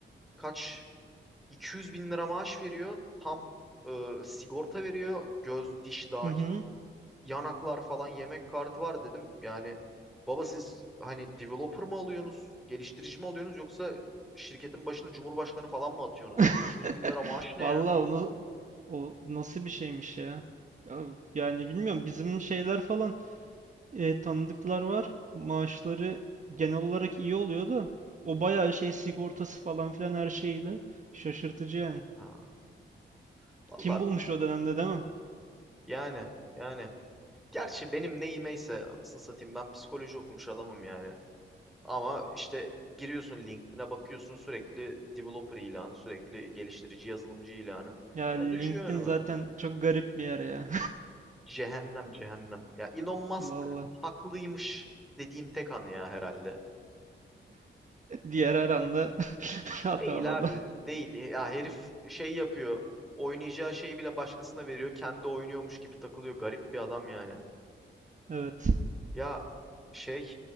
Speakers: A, in the centre; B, on the right.
A: kaç 200 bin lira maaş veriyor. Tam e, sigorta veriyor. Göz, diş dahil.
B: <laughs> Hı hı.
A: yanaklar falan yemek kartı var dedim. Yani baba siz hani developer mı alıyorsunuz, geliştirici mi alıyorsunuz yoksa şirketin başına cumhurbaşkanı falan mı atıyorsunuz
B: <laughs>
A: yani? 200 bin lira maaş ne
B: Vallahi
A: ya?
B: onu o nasıl bir şeymiş ya? Ya Yani bilmiyorum bizim şeyler falan e, tanıdıklar var. Maaşları genel olarak iyi oluyor da o bayağı şey sigortası falan filan her şeyiyle şaşırtıcı yani.
A: Ha, vallahi
B: Kim bulmuş o dönemde değil mi?
A: yani yani. Gerçi benim neyimeyse anasını satayım ben psikoloji okumuş adamım yani. Ama işte giriyorsun LinkedIn'e bakıyorsun sürekli developer ilanı, sürekli geliştirici yazılımcı ilanı.
B: Ya
A: E,
B: LinkedIn
A: düşüyor önüme.
B: zaten çok garip bir yer ya.
A: Cehennem cehennem. Ya Elon Musk
B: <laughs> Vallahi
A: haklıymış dediğim tek an ya herhalde.
B: diğer her anda <laughs> hatalı
A: Değil
B: adam.
A: abi değil. Ya herif şey yapıyor. Oynayacağı şeyi bile başkasına veriyor. Kendi oynuyormuş gibi takılıyor. Garip bir adam yani.
B: Evet.
A: Ya şey